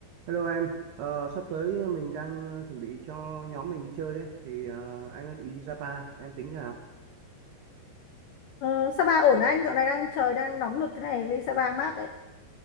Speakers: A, on the right; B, on the left.
A: Hello em, Ờ, sắp tới mình đang ờ, chuẩn bị cho nhóm mình đi chơi đấy, thì ờ, anh đang định đi Sapa, em tính thế nào?
B: Ờ, Sapa ổn anh, dạo này đang trời đang nóng nực thế này, đi Sapa mát đấy.